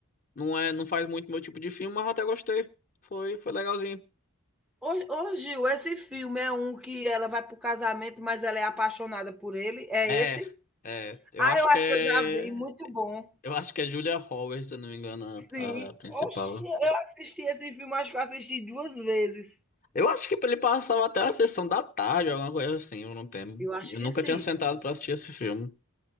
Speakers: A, on the left (about 35°); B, in the centre.
A: Não é, não faz muito meu tipo de filme, mas eu até gostei. Foi, foi legalzinho.
B: Ô, ô, Gil, esse filme é um que ela vai pro casamento, mas ela é apaixonada por ele? É
A: É,
B: esse?
A: é. Eu
B: Ah,
A: acho
B: eu
A: que
B: acho
A: é.
B: que eu já vi. Muito bom.
A: Eu acho que é Julia Roberts, se eu não me engano,
B: Sim.
A: a, a principal.
B: Oxe, eu assisti esse filme, acho que eu assisti duas vezes.
A: Eu acho que ele passava até a sessão da tarde, alguma coisa assim, eu não tenho.
B: Eu acho
A: Eu nunca
B: que sim.
A: tinha sentado pra assistir esse filme.